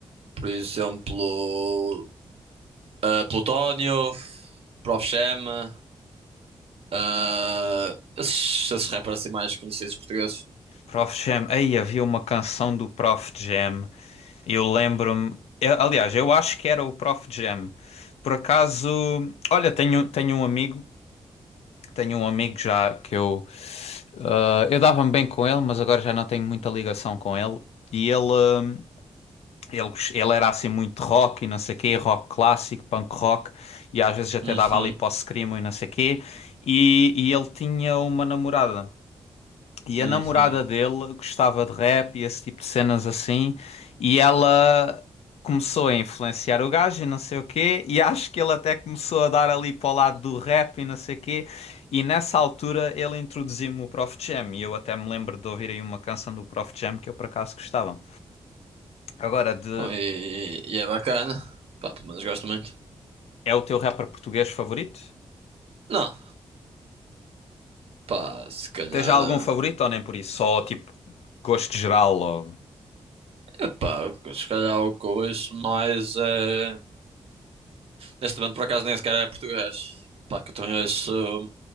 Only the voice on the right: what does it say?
por exemplo. Ah, Plutónio, Prof. Jam, ah, esses, esses rappers assim mais conhecidos portugueses.
Uhum,
uhum.
Bom, e, e é bacana. Pá, pelo menos gosto muito.
Não, pá, se calhar.
ah,
Epá, o que- se calhar o que eu ouço mais é. Neste momento, por acaso, nem sequer é português. Pá, que eu também ouço